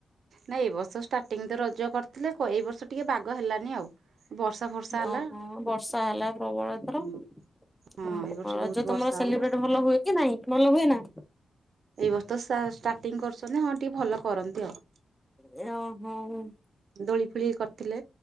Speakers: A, on the right; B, in the centre.
A: ନାଇଁ ଏ ବର୍ଷ ଷ୍ଟାର୍ଟିଂ ତ ରଜ କରିଥିଲେ ଏ ବର୍ଷ ଟିକେ ବାଗ ହେଲାନି ଆଉ। ବର୍ଷା ଫର୍ଷା ହେଲା
B: ଓହୋ ବର୍ଷା ହେଲା ପ୍ରବଳ ଏଥର।
A: ହଁ
B: ଅଁ
A: ଏଇ ବର୍ଷ
B: ରଜ
A: ବହୁତ
B: ତମର
A: ବର୍ଷା
B: ସେଲିବ୍ରେଟ
A: ହେଲା।
B: ଭଲ ହୁଏ କି ନାଇଁ ଭଲ ହୁଏ ନା।
A: ଏଇ ବର୍ଷତ ସା ଷ୍ଟାର୍ଟିଂ କରୁଛନ୍ତି ହଁ ଟିକେ ଭଲ କରନ୍ତି ଆଉ।
B: <unintelligible> ହଉ।
A: ଦୋଳି ଫେଳି କରିଥିଲେ